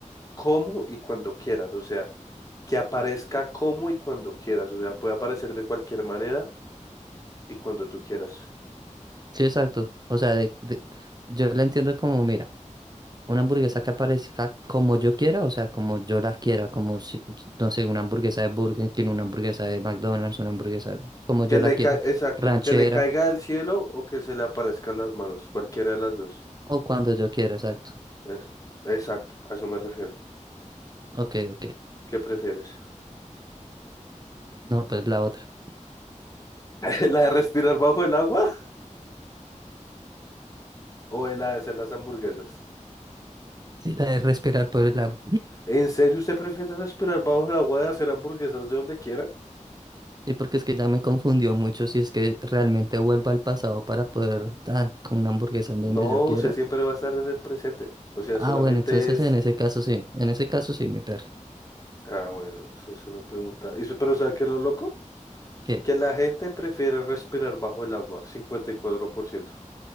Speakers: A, on the left; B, on the right.
A: como y cuando quieras. O sea, que aparezca como y cuando quieras. O sea, puede aparecer de cualquier manera y cuando tú quieras.
B: Sí, exacto. O sea, de- de- yo la entiendo como, mira, una hamburguesa que aparezca como yo quiera, o sea, como yo la quiera, como, si, no sé, una hamburguesa de Burger King, una hamburguesa de McDonald's, una hamburguesa como yo
A: Que le
B: la quiera,
A: ca- Exacto,
B: ranchera
A: que le caiga del cielo o que se le aparezcan las manos, cualquiera de las dos.
B: o cuando yo quiera, exacto.
A: Es- Exacto, a eso me refiero.
B: Ok, ok.
A: ¿Qué prefieres?
B: No, pues la otra.
A: <laughs> ¿La de respirar bajo el agua o la de hacer las hamburguesas?
B: Sí, la de respirar por el agua.
A: ¿En serio usted prefiere respirar bajo el agua y hacer hamburguesas de donde quiera?
B: Sí, porque es que ya me confundió mucho si es que realmente vuelvo al pasado para poder dar con una hamburguesa en donde
A: No,
B: yo quiera.
A: usted siempre va a estar en el presente. O sea, solamente
B: Ah, bueno, entonces
A: es...
B: en ese caso sí, en ese caso sí, mi perro.
A: Ah, bueno, eso se me pregunta. ¿Y su- pero sabe qué es lo loco?
B: Que
A: Que la gente prefiere respirar bajo el agua, cincuenta y cuatro por ciento